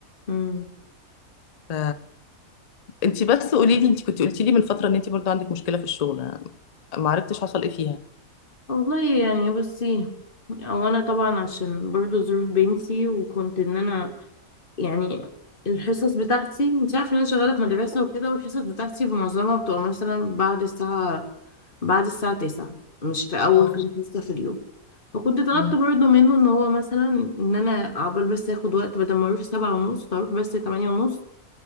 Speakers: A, on the left; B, on the left.
A: مم.
B: ف انتي بس قولي لي انتي كنت قلتي لي من فتره ان انتي برضو عندك مشكله في الشغل ما عرفتش حصل ايه فيها
A: والله يعني بصي او انا طبعا عشان برضو ظروف بنتي وكنت ان انا يعني الحصص بتاعتي انت عارفه ان انا شغاله في مدرسه وكده والحصص بتاعتي معظمها بتبقى مثلا بعد الساعه بعد الساعه 9 مش في اول
B: اه
A: كام حصه في اليوم فكنت طلبت
B: مم.
A: برضو منه ان هو مثلا ان انا عقبال بس اخد وقت بدل ما اروح سبعة ونص اروح بس تمانية ونص